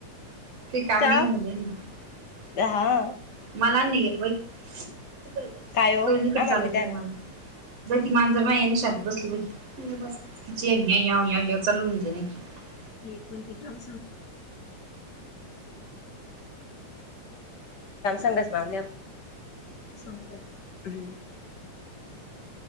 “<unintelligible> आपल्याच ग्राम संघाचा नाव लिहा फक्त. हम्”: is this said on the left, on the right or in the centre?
Left